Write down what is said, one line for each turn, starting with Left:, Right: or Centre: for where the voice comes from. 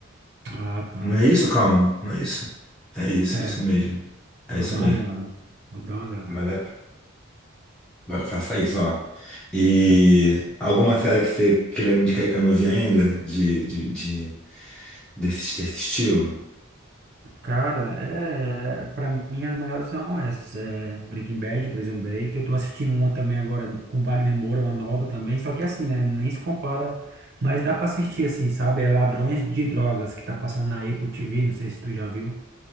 Right: Ah, tá.
Centre: Não é isso, calma, não é isso. É isso,
Right: É,
Centre: isso mesmo. É
Right: vou
Centre: isso
Right: dar
Centre: mesmo.
Right: uma olhada. Vou dar uma olhada.
Centre: Vale, a pe- vai- faça isso, ó. E alguma série que você queira me indicar aí que eu não vi ainda de, de, de- desse, desse estilo?
Right: Cara, é, para mim as melhores são essas, é Breaking Bad, Prison Break. Eu tô assistindo uma também agora com Wagner Moura, uma nova também, só que assim, né, nem se compara, mas dá pra assistir assim, sabe? É Ladrões de Drogas que tá passando na Apple TV, não sei se tu já viu.